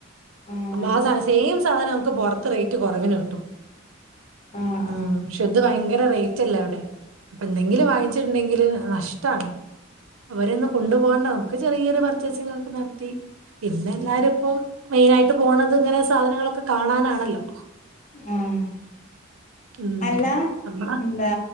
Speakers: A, on the left (about 35°); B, on the right (about 85°).
A: ആഹ്
B: മാ സാന സെയിം സാധന നമക്ക് പൊർ ത്ത് റേറ്റ് കൊറവിന് കിട്ടും
A: ആഹ്
B: ഉം
A: ആഹ്
B: ക്ഷ ത് ഭയങ്കര റേറ്റല്ലവിടെ. പ്പെന്തെങ്കിലും വാങ്ങിച്ച്ട്ട്ണ്ടെങ്കില് നഷ്ടാണ്. വരൊന്ന് കൊണ്ടു പോകണ്ട നമുക്ക് ചെറിയരു പർച്ചേസിങ് ഒക്കെ നട്ത്തി. പിന്നെല്ലാരുംപ്പം മെയിനായിട്ട് പോണത്ങ്ങനെ സാധനങ്ങളൊക്കെ കാണാനാണല്ലൊ.
A: ഉം
B: ഉം
A: അല്ലാ
B: നമ്മള
A: എന്താ.